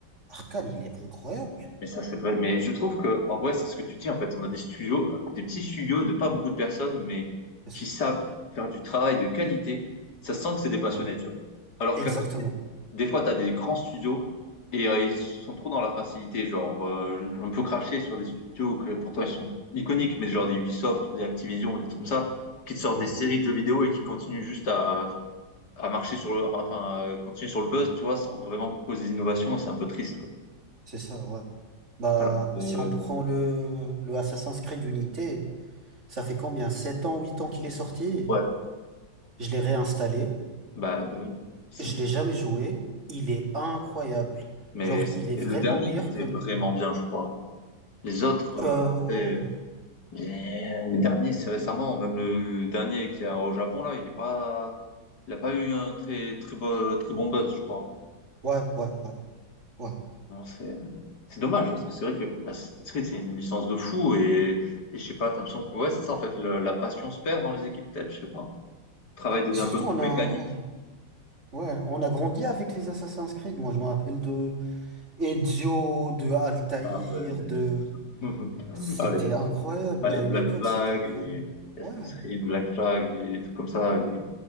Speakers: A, on the right; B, on the left.
A: Arkane, il est incroyable.
B: Mais ça, c'est vrai. Mais je trouve que, en vrai, c'est ce que tu dis, en fait. On a des studios, des petits studios de pas beaucoup de personnes, mais
A: C'est
B: qui
A: ça,
B: savent faire du travail de qualité. Ça sent que c'est des passionnés,
A: Ouais,
B: tu vois. Alors
A: exactement.
B: qu'à côté, des fois, tu as des grands studios et euh, ils sont trop dans la facilité. Genre, euh, on peut cracher sur des studios que pourtant ils sont iconiques, mais genre des Ubisoft, ou des Activision, des trucs comme ça, qui te sortent
A: Ouais,
B: des séries de jeux vidéo et qui continuent juste à, à marcher sur le, enfin, à continuer sur le buzz, tu vois, sans vraiment proposer des innovations. Et c'est un peu triste, quoi.
A: c'est ça, ouais. Bah,
B: Alors,
A: si
B: euh,
A: on prend le, le Assassin's Creed Unity, ça fait combien? sept ans, 8 ans qu'il est sorti?
B: ouais.
A: Je l'ai réinstallé,
B: Bah, euh, c'est-
A: je l'ai jamais joué, il est incroyable.
B: mais
A: Genre,
B: c'est
A: il est vraiment
B: le dernier
A: meilleur
B: qui était
A: que le...
B: vraiment bien, je crois. Les autres, euh,
A: Euh,
B: après,
A: ouais,
B: les, les derniers, c'est récemment, même le dernier qui est au Japon, là, il est pas, il a pas eu un très, très bon, très bon buzz, je crois.
A: ouais, ouais, ouais. ouais.
B: Bon, c'est, c'est dommage, parce que c'est vrai que Assassin's Creed, c'est une licence de fou, et, et je sais pas, t'as l'impression que, ouais, c'est ça, en fait, le- la passion se perd dans les équipes, peut-être, je sais pas. Le travail devient
A: Et surtout,
B: un peu trop
A: on a...
B: mécanique.
A: Ouais, on a grandi avec les Assassin's Creed. Moi, je me rappelle de Ezio, de Altaïr,
B: Ah, ben,
A: de...
B: <laughs>
A: C'était
B: allez.
A: incroyable,
B: Ah, les
A: à une
B: Black
A: époque,
B: Flag,
A: c'était incroyable.
B: les les
A: Ouais,
B: Assassin's Creed, Black Flag, les trucs comme ça, les-